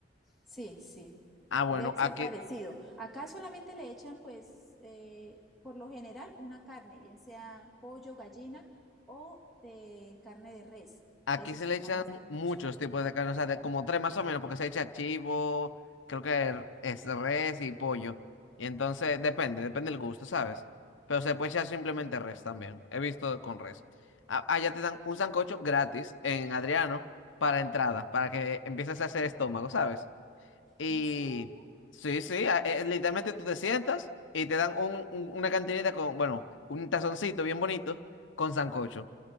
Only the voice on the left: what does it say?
Ah, bueno,
aquí.
Aquí
se
le echan
muchos tipos de carne, o sea, de como tres más o menos, porque se echa chivo, creo que r- es res y pollo. Y entonces depende, depende del gusto, ¿sabes? Pero se puede echar simplemente res también. He visto con res. A- Allá te dan un sancocho gratis en Adriano para entrada, para que empieces a hacer estómago, ¿sabes? Y
sí, sí, a- eh, literalmente tú te sientas y te dan un- un- una cantinita con, bueno, un tazoncito bien bonito con sancocho.